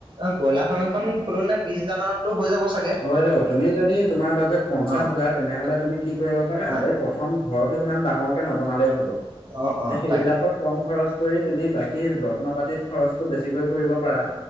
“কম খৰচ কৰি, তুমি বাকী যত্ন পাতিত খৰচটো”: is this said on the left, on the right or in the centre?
Left